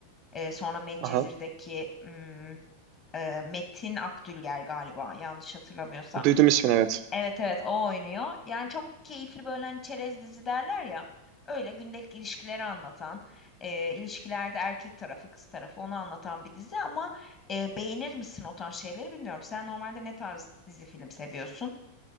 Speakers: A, on the left (about 30°); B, on the right (about 40°).
A: Ee, sonra Medcezir'deki
B: Aha,
A: hmm, e, Metin Akdülger galiba yanlış hatırlamıyorsam.
B: duydum ismini evet.
A: Evet evet o oynuyor. Yani çok keyifli böyle hani çerez dizi derler ya. Öyle gündelik ilişkileri anlatan, e, ilişkilerde erkek tarafı kız tarafı onu anlatan bir dizi ama e, beğenir misin o tarz şeyleri bilmiyorum. Sen normalde ne tarz dizi film seviyorsun?